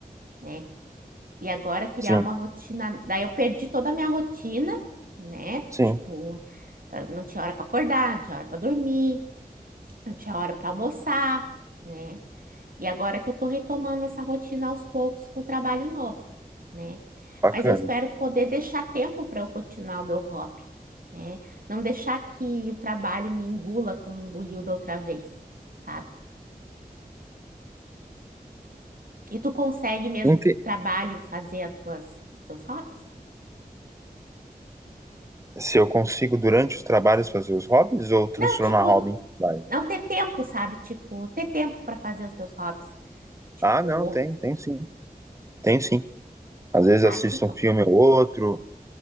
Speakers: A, on the right; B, on the right.
A: né? E agora criar
B: Sim,
A: uma rotina. Daí eu perdi toda a minha rotina, né?
B: sim.
A: Tipo, ah, não tinha hora para acordar, não tinha hora para dormir, não tinha hora para almoçar, né? E agora que eu tô retomando essa rotina aos poucos com o trabalho novo, né?
B: Bacana.
A: Mas eu espero poder deixar tempo para eu continuar o meu hobby, né? Não deixar que o trabalho me engula como engoliu da outra vez, sabe? E tu consegue mesmo
B: Inte-
A: com o trabalho fazer as tuas teus hobbies?
B: Se eu consigo, durante os trabalhos, fazer os hobbies ou transformar
A: Não, tipo,
B: hobby em trabalho?
A: não ter tempo, sabe? Tipo, ter tempo para fazer os seus hobbies. Tipo,
B: Ah, não,
A: ou,
B: tem, tem sim. Tem sim. Às vezes
A: ah,
B: assisto
A: que bom.
B: um filme ou outro,